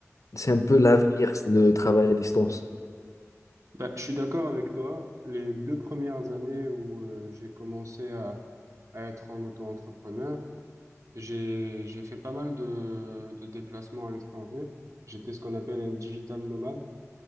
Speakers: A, on the left; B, on the right.
A: c'est un peu l'avenir, le travail à distance.
B: bah, je suis d'accord avec toi. Les deux premières années où euh, j'ai commencé à, à être en auto-entrepreneur, j'ai j'ai fait pas mal de, de déplacements à l'étranger. J'étais ce qu'on appelle un digital nomade.